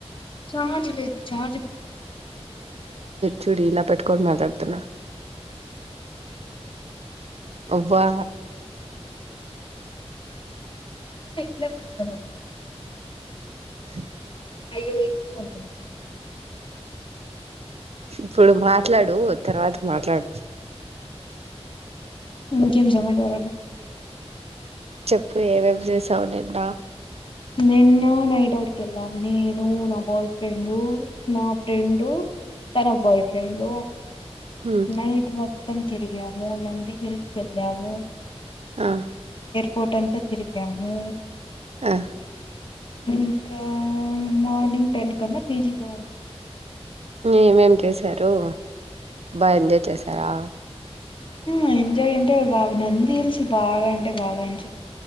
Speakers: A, on the left (about 50°); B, on the right (about 70°).
A: చార్జలేదు చార్జ
B: చూడి ఇలా పెట్టుక మాట్లాడుతనా వా
A: ఇ మ
B: అ
A: అయ్యో ఇదిక వ
B: ఇప్పుడు మాట్లాడు తర్వాత మాట్లాడు
A: ఇంకేం సమాచారాలు
B: చెప్పు ఏమేం చేసావు నిన్నా
A: నిన్న నై డౌట్ క వెళ్ళాం నేను నా బాయ ఫ్రెండ్ నా ఫ్రెండు తన బాయ్ ఫ్రెండు
B: ఉమ్,
A: నైట్ మొత్తం తిరిగా నంది హిల్స్ వెళ్ళము
B: ఆ
A: పోటంతా తిరిగాము
B: ఆ
A: ఇంకా మార్నింగ్ టెన్ కన్న పిజిలో ఉ
B: ఏమేం చేసారు బా ఎంజాయ్ చేసారా
A: ఆ ఎంజాయ్ అంటే బాగా నంది తెలిసి బాగా అంటే బాగా ఎంచే